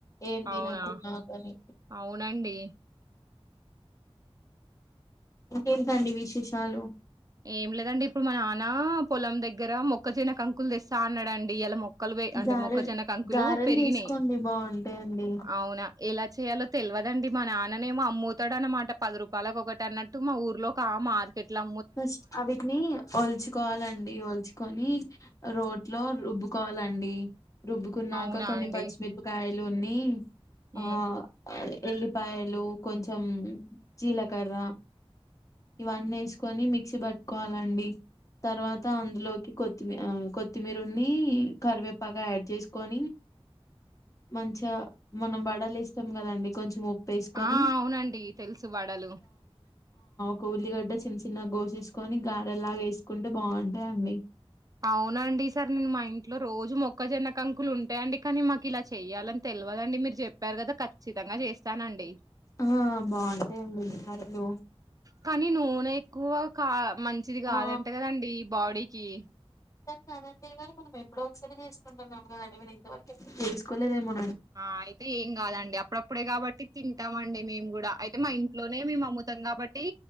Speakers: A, on the left; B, on the right.
A: ఏం
B: అవునా
A: తినకున్నా కాని
B: అవునండి
A: ఇంకే తండి విశేషాలు
B: ఏం లేదండి ఇప్పుడు మా నాన్న పొలం దగ్గర మొక్క ఒక జనాక అంకులు సాన డి ఇలా మొక్కలు అంటే
A: గారెలు
B: మొక్కజొ కంకులు
A: గారెలు
B: పెరిగినాయి
A: చేసుకోండి బాగుంటాయండి
B: అవునా ఎలా చేయాలో తెలివదండి మా నాన్ననేమో అమ్ముతాడు అన్నమాట పది రూపాయలకి ఒకటి అన్నట్టు మా ఊర్లో మార్కెట్లా
A: ఫస్ట్ అవిటిని ఒల్చుకోవాలండి ఒల్చుకొని రోడ్ లో రుబ్బుకోవాలండి రుబ్బుకున్నాక
B: అవునా
A: కొన్ని
B: అండి.
A: పచ్చిమిరపకాయలు ఉన్ని
B: హ్మ్.
A: ఆ ఎల్లిపాయలు కొంచెం జీలకర్ర ఇవన్నీ వేసుకొని మిక్సీ పట్టుకోవాలండి తర్వాత అందులోకి కొత్తిమీ కొత్తిమీర కరివేపాగాడ్ చేసుకొని మంచి మనం బడలుస్తాం కదండి కొంచెం వేసుకొని
B: ఆ అవునండి తెలుసు వాడలు
A: కూల్లిగడ్డ చిన్న చిన్న గోసేసుకొని గారెలా వేసుకుంటే బాగుంటాయండి
B: అవునండి సార్ నేను మా ఇంట్లో రోజు మొక్కజొన్నకం లు ఉంటాయండి కానీ కి ఇలా చెయ్యాలని తెలియదండి మీరు చెప్పారు కదా ఖచ్చితంగా చేస్తానండి
A: ఆ బాగుంటాయండి బారలు
B: కానీ నూనె ఎక్కువ కా మంచిది కాదంటే
A: ఆ
B: కదండీ ఈ బాడీ క
A: దక అంతేగాని మనం ఎప్పుడ ఒకసారి చేసుకుంటాం మమాని మ ఇంతవరకు ఎప్పుడు చేసుకోలేదేమో
B: ఆ అయితే ఏం కాదండి అప్పుడప్పుడే కాబట్టి తింటామ అండి మేము కూడా అయితే మా ఇంట్లోనే మేము అమ్ముతాం కాబట్టి